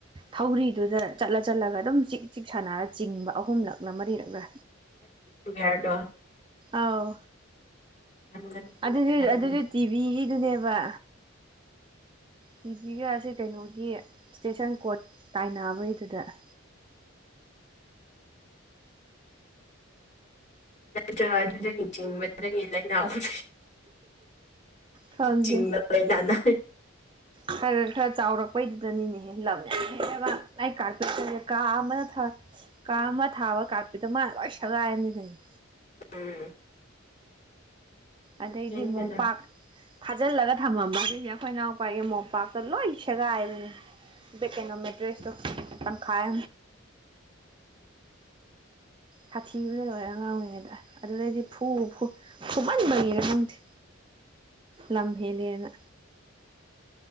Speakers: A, on the right; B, on the left.
A: ꯊꯧꯔꯤꯗꯨꯗ ꯆꯠꯂ ꯆꯠꯂꯒ ꯑꯗꯨꯝ ꯆꯤꯛ ꯆꯤꯛ ꯁꯥꯟꯅꯔ ꯆꯤꯡꯕ ꯑꯍꯨꯝꯂꯛꯂꯥ ꯃꯔꯤꯔꯛꯂꯥ
B: ꯌꯥꯔꯗꯣ
A: ꯑꯥꯎ
B: ꯌꯥꯝꯅ ꯃꯦꯟꯕ
A: ꯑꯗꯨꯁꯨ
B: ꯌꯥꯅꯤꯡꯗꯦ
A: ꯑꯗꯨꯁꯨ ꯇꯤꯚꯤꯒꯤꯗꯨꯅꯦꯕ ꯇꯤꯚꯤꯒ ꯑꯁꯤꯦ ꯀꯩꯅꯣꯒꯤ ꯏꯁꯇꯦꯁꯟ ꯀꯣꯔꯠ ꯇꯥꯏꯅꯕꯩꯗꯨꯗ <inaudible>
B: ꯅꯠꯇ꯭ꯔꯒ ꯑꯗꯨꯗꯒꯤ ꯆꯤꯡꯕꯗꯒꯤ ꯂꯥꯏꯅꯥ ꯑꯍꯨꯝ
A: ꯈꯪꯗꯦ
B: ꯆꯤꯡꯅꯅꯅ
A: ꯈꯔ ꯈꯔ ꯆꯥꯎꯔꯛꯄꯩꯗꯨꯗꯅꯤꯅꯦꯍꯦ ꯂꯝ ꯌꯥꯝ ꯍ ꯂ ꯀꯥꯔꯀꯠꯀꯁꯦ ꯀꯥ ꯑꯃꯅ ꯆꯥ ꯑꯃ ꯊꯥꯕ ꯀꯥꯠꯄꯤꯗ ꯃꯥꯅ ꯂꯣꯏ ꯁꯒꯥꯏꯔꯝꯅꯤ ꯀꯩꯅ
B: ꯎꯝ
A: ꯑꯗꯩꯗꯤ
B: ꯃꯦꯟꯕꯅ
A: ꯃꯣꯝꯄꯥꯛ ꯐꯥꯖꯤꯜꯂꯒ ꯊꯝꯃꯝꯕ ꯑꯗꯨꯁꯦ ꯑꯩꯈꯣꯏ ꯏꯅꯥꯎꯄꯥꯒꯤ ꯃꯣꯝꯄꯥꯛꯇ ꯂꯣꯏ ꯁꯦꯒꯥꯏꯕꯅꯦ ꯦꯛꯀꯩꯅꯣꯝꯃꯦ ꯗ꯭ꯔꯦꯁꯇ ꯄꯟꯈꯥꯏ
B: <inaudible>
A: ꯁꯥꯊꯤꯕꯗ ꯂꯣꯏꯔ ꯉꯥꯡꯉꯤꯅꯦꯗ ꯑꯗꯨꯗꯩꯗꯤ ꯐꯨ ꯐꯨꯍꯟꯕꯒꯤꯔ ꯈꯪꯗꯦ
B: <inaudible>
A: ꯂꯦꯝꯍꯦꯜꯂ